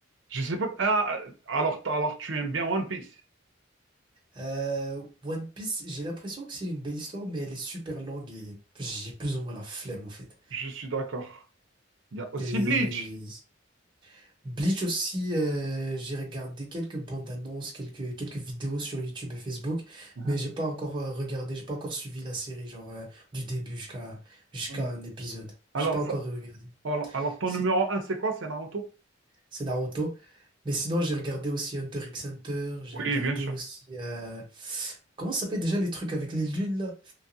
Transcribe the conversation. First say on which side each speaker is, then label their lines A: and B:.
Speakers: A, on the right (about 60°); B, on the right (about 25°).
A: Je sais pas... Ah, alors, alors, tu aimes bien One Piece.
B: euh, One Piece, j'ai l'impression que c'est une belle histoire, mais elle est super longue et j'ai plus ou moins la flemme, en fait.
A: Je suis d'accord. Il y a aussi
B: Elle est-
A: Bleach.
B: Bleach aussi, euh, j'ai regardé quelques bandes annonces, quelques, quelques vidéos sur YouTube et Facebook,
A: Hein,
B: mais j'ai pas encore euh, regardé, j'ai pas encore suivi la série, genre euh, du début jusqu'à jusqu'à
A: hein.
B: un épisode.
A: Alors,
B: J'ai pas
A: ça-
B: encore regardé.
A: alors, alors, ton
B: C'est
A: numéro un, c'est quoi? C'est Naruto?
B: c'est Naruto. Mais sinon, j'ai regardé aussi Hunter x Hunter, j'ai
A: Oui,
B: regardé
A: bien sûr.
B: aussi. euh, Comment ça s'appelle déjà les trucs avec les lunes là?